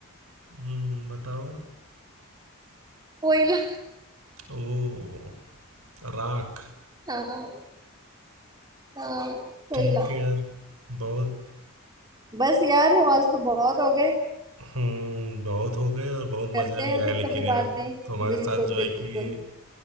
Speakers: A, on the right; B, on the right.
A: हम्म बताओ
B: कोयला
A: ओ राख
B: हाँ हाँ कोयला
A: ठीक है यार बहुत
B: बस यार आज तो बहुत हो गए
A: हम्म बहुत हो गए और बहुत
B: करते
A: मज़ा भी
B: हैं
A: आया
B: फिर
A: लेकिन
B: कभी
A: यार
B: बाद में
A: तुम्हारे
B: बिल्कुल
A: साथ जो है
B: बिल्कुल
A: कि ये
B: <laughs>